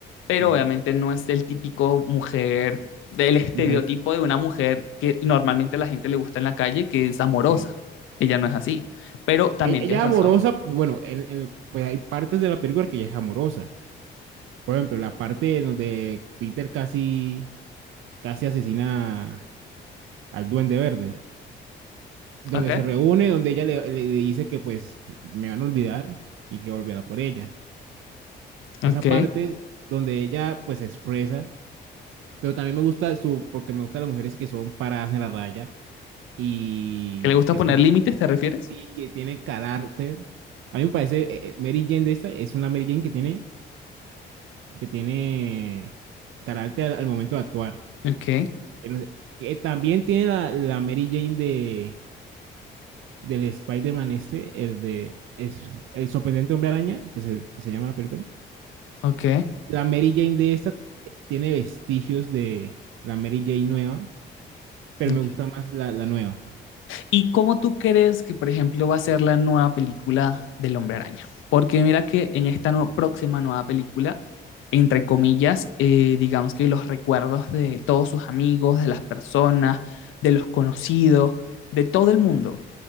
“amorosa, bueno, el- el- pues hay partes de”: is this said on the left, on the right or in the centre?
Right